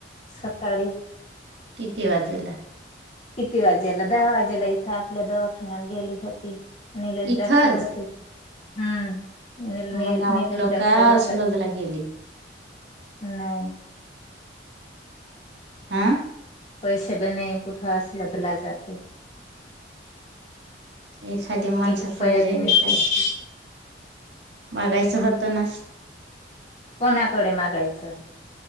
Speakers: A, on the left; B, on the right.
A: सकाळी
B: किती वाजेला
A: किती वाज्याला दहा वाजेला इथं आपल्या दवाखान्यात गेली होती निलेश
B: इथंच
A: डाक्टर होते हम्म
B: मला वाटलं
A: निलेश डाक्टर
B: का
A: होतात
B: स्लोदला गेली
A: नाही.
B: हा
A: पैसे ब नाही कुठं बदला जाते.
B: एखाद्या माणसाकडे
A: एक रुपया बी नाही
B: काय. बघायचं होतं ना
A: कोणाकडे मागायचं.